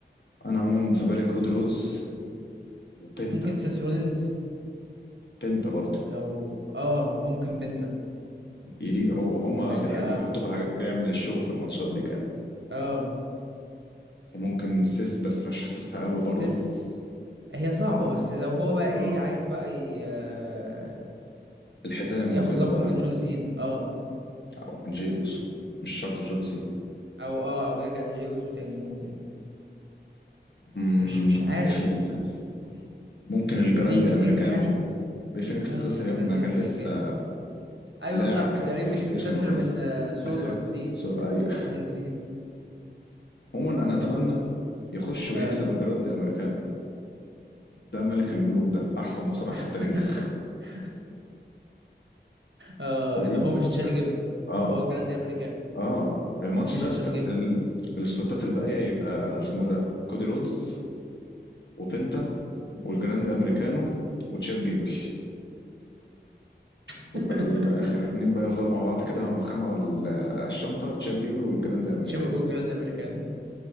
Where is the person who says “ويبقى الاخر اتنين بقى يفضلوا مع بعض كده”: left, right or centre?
Left